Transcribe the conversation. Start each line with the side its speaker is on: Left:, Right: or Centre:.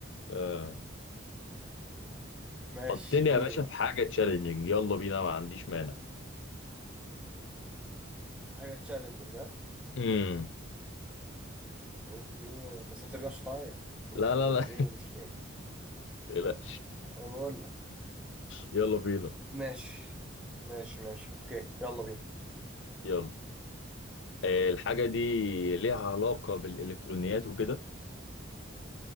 Left: آه.
Centre: ماشي
Left: حطني
Centre: دوري
Left: يا باشا
Centre: بقى
Left: في حاجة تشالنجينج يلا بينا ما عنديش مانع
Centre: حاجة تشالنجنج ها
Left: امم
Centre: أوكي بس ما ترجعش تعيط تقول
Left: لا لا
Centre: لي ليه
Left: لا
Centre: ومش ليه
Left: <laughs> لا
Centre: أنا بقول لك
Left: يلا بينا
Centre: ماشي ماشي ماشي أوكي يلا بينا
Left: يلا آه، الحاجة دي ليها علاقة بالإلكترونيات وكده